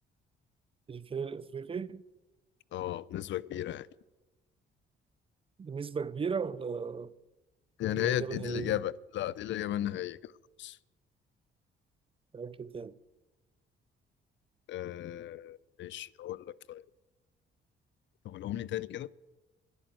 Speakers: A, on the right; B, on the left.
A: الفيل الافريقي
B: اه بنسبة كبيرة يعني
A: بنسبة كبيرة ولا
B: يعني
A: ولا
B: هي
A: الاجابة
B: دي
A: النهائية
B: دي الإجابة لا دي الإجابة النهائية كده خلاص
A: متأكد تاني
B: آه ماشي أقول لك طيب طب قولهم لي تاني كده